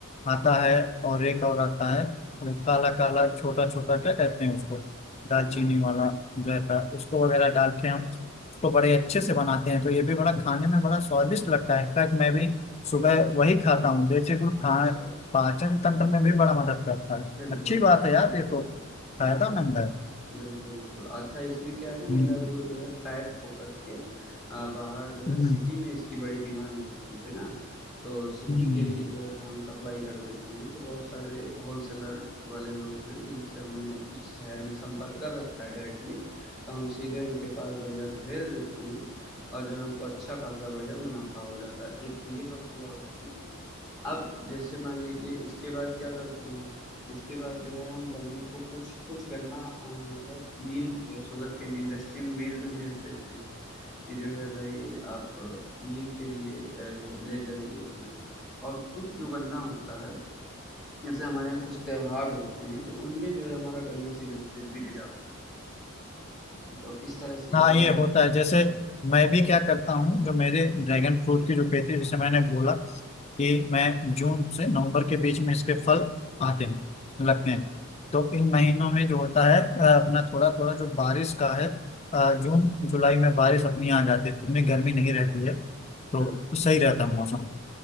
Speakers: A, on the left (about 30°); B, in the centre.
A: आता है और एक और आता है वो काला काला छोटा छोटा क्या कहते हैं उसको दालचीनी
B: आ,
A: वाला जो रहता है उसको वगैरह डाल के हम उसको बड़े अच्छे से बनाते हैं तो ये भी बड़ा खाने में बड़ा स्वादिष्ट लगता है इनफैक्ट मैं भी सुबह वही खाता हूँ देसी गुड़ खाए
B: अच्छा
A: पाचन तंत्र में भी बड़ा मदद करता है
B: बिल्कुल
A: अच्छी बात है यार ये तो
B: तो
A: फायदामंद
B: हाँ
A: है
B: बिल्कुल, बिल्कुल। अच्छा इसमें क्या है ना मेरा
A: हम्म,
B: गुड़ जो है पैक होकर के अ, बाहर जो
A: हम्म,
B: है सिटी में इसकी बड़ी डिमांड होती है ना, तो सिटी
A: हम्म।
B: के लिए जो है हम सप्लाई कर देते हैं। तो बहुत सारे होलसेलर वाले लोग हैं जिनसे हमने इस शहर में संपर्क कर रखा है डायरेक्टली, तो हम सीधे उनके पास बढ़िया से भेज देते हैं और जो है हमको अच्छा खासा बढ़िया मुनाफा हो जाता है। एक तो ये प्रक्रिया होती है। अब जैसे मान लीजिए इसके बाद क्या करते हैं इसके बाद जो है हम गन्ने को कुछ कुछ गन्ना अ, मतलब mill sugarcane industry mill में भेज देते हैं कि जो है भाई आप मिल के लिए अ, ले जाइए इतना और कुछ जो गन्ना होता है जैसे हमारे यहाँ कुछ त्योहार होते हैं तो उनमें जो है हमारा गन्ना सीधे सीधे बिक जाता है तो इस तरह से
A: हाँ
B: इसमें
A: ये
B: जो
A: होता
B: है
A: है जैसे मैं भी क्या करता हूँ जो मेरे ड्रैगन फ्रूट की जो खेती है, जैसे मैंने बोला कि मैं जून से नवंबर के बीच में इसके फल आते हैं लगते
B: अच्छा
A: हैं
B: अच्छा
A: तो इन महीनों में जो होता है अ, अपना थोड़ा थोड़ा जो बारिश का है अ, जून जुलाई में बारिश अपनी आ जाती है इतनी गर्मी नहीं रहती है तो
B: बिल्कुल
A: सही रहता है मौसम